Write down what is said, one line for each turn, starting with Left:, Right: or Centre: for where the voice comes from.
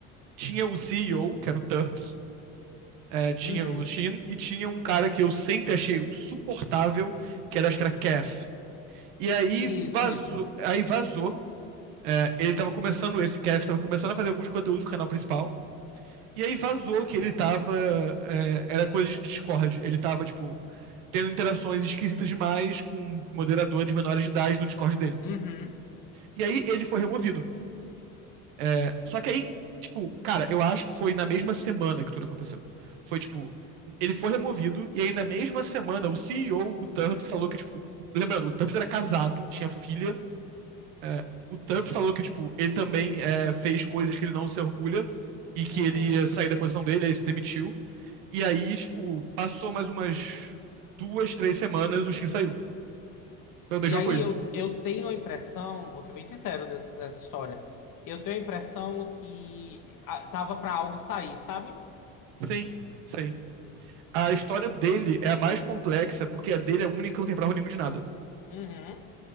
Right: tinha o CEO, que era o Turps, é, tinha
Left: Uhum.
Right: o Shin, e tinha um cara que eu sempre achei insuportável, que era, acho que era Kef. E aí
Left: Isso,
Right: vazou,
Left: isso.
Right: aí vazou, é, ele tava começando, esse Kef tava começando a fazer alguns conteúdos do canal principal, E aí vazou que ele tava. é, era coisa de Discord. Ele tava, tipo, tendo interações esquisitas demais com moderadores menores de idade do Discord dele.
Left: Uhum,
Right: E aí ele foi removido. É, só que aí, tipo, cara, eu acho que foi na mesma semana que tudo aconteceu. Foi, tipo, ele foi removido, e aí na mesma semana o CEO, o o Turps, falou que, tipo. Lembrando, o Turps era casado, tinha filha. é, o Turps falou que, tipo, ele também é, fez coisas que ele não se orgulha e que
Left: uhum.
Right: ele ia sair da posição dele, aí ele se demitiu. E aí, tipo, passou mais umas duas, três semanas, o X saiu. Foi a mesma
Left: E aí
Right: coisa.
Left: eu, eu tenho a impressão, vou ser bem sincero nessa, nessa história, eu tenho a impressão que ah, tava pra algo sair, sabe?
Right: Sim, sim. A história dele é a mais complexa, porque a dele é a única que não tem prova nenhuma de nada.
Left: Uhum.